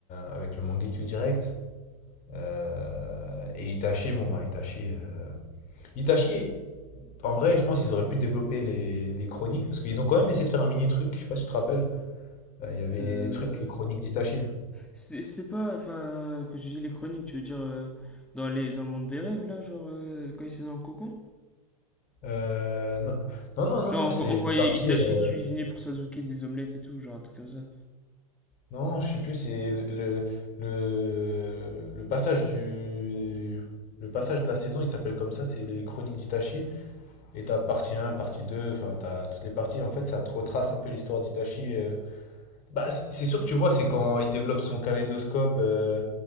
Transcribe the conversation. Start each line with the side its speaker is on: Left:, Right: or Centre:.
Left: avec le Mangekyo direct. Euh, et Itachi, bon bah Itachi, euh, Itachi, en vrai, je pense qu'ils auraient pu développer les, les chroniques parce qu'ils ont quand même essayé de faire un mini truc. Je sais pas si tu te rappelles. Euh, Il y avait
Centre: Euh,
Left: les trucs, les chroniques d'Itachi.
Centre: c'est c'est pas enfin quand je dis les chroniques, tu veux dire euh, dans les dans le monde des rêves là, genre euh, quand ils étaient dans le cocon?
Left: Euh, non, non, non, non,
Centre: Genre
Left: non,
Centre: on,
Left: c'est
Centre: vo- on voyait
Left: une partie.
Centre: Itachi
Left: euh,
Centre: cuisiner pour Sasuke des omelettes et tout, genre un truc comme ça.
Left: Non, je sais plus, c'est le, le, le- passage du. Le passage de la saison, il s'appelle comme ça, c'est les chroniques d'Itachi. Et t'as partie un, partie 2. enfin t'as toutes les parties. En fait, ça te retrace un peu l'histoire d'Itachi. euh. Bah, c- c'est sûr que tu vois, c'est quand il développe son kaléidoscope, euh,